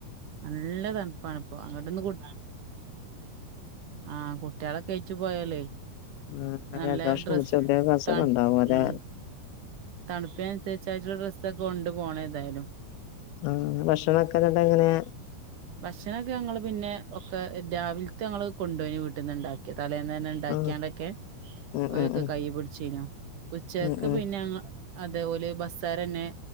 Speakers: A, on the right; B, on the left.
A: നല്ല തണുപ്പാണ് ഇപ്പൊ അങ്ങോട്ട ഒന്ന് കു ആ കുട്ട്യേളൊക്കേറ്റ് പോയാലേ
B: ആ
A: നല്ല
B: ജലദോഷം
A: ഡ്രസ്
B: പിടിച്ച കുട്ടികൾക്ക്
A: ഇട്ടാ
B: അസുഖം ഉണ്ടാവും അതെ
A: ഉം തണുപ്പിനുസരിച്ചായിട്ടുള്ള ഡ്രസ്സ് കൊണ്ട് പോണേതായാലും
B: ആ ഭക്ഷണൊക്കെ എങ്ങനെ
A: ഭക്ഷണൊക്കെ ഞങ്ങള് പിന്നെ ഒക്കെ രാവിലത്തെ ഞങ്ങള് കൊണ്ടോയി വീട്ടിന്ന് ഇണ്ടാക്കിയത് തലേന്നന്നെ ഇണ്ടാക്കിയാണ്ടൊക്കെ
B: ആ ഉം
A: ഓലൊക്കെ
B: ഉം ഉം
A: കയ്യ് പിടിച്ചീനു ഉച്ചക്ക്
B: ഉം ഉം
A: പിന്നെ <unintelligible> അതേ ഓല് ബസ്സാരന്നെ